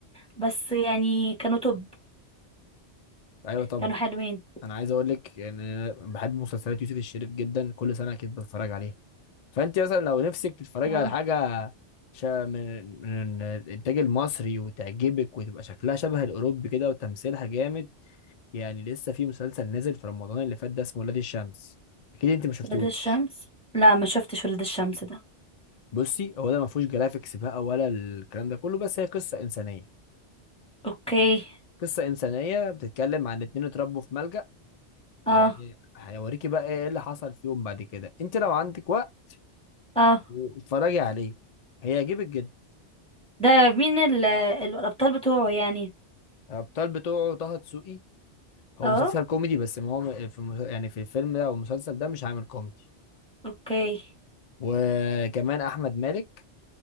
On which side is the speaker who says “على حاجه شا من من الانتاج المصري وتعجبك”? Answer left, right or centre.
Left